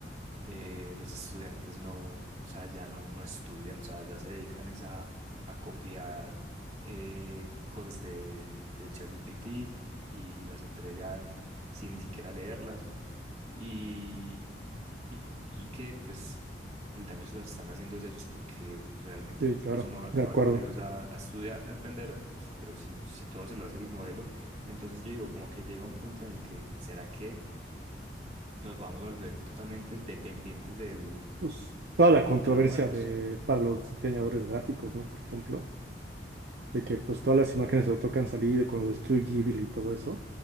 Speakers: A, on the right (about 40°); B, on the right (about 60°).
A: eh, los estudiantes no, o sea, ya no, no estudian, o sea, ya se dedican es a, a copiar eh, cosas de, de ChatGPT y las entregan sin ni siquiera leerlas y, y, y que pues el daño se los están haciendo es ellos porque realmente
B: Sí,
A: pues
B: claro,
A: uno va, uno
B: de acuerdo.
A: va al colegio es a, a estudiar, y a aprender, pues, pero si, si todo se lo hace el modelo, entonces yo digo como que llega un punto en el que ¿será que nos vamos a volver totalmente dependientes del,
B: Pues, toda
A: de los,
B: la
A: mo-
B: controversia
A: de los modelos?
B: de, para los diseñadores gráficos, ¿no? Por ejemplo, de que pues todas las imágenes sobre todo que han salido con lo de Studio Ghibli y todo eso.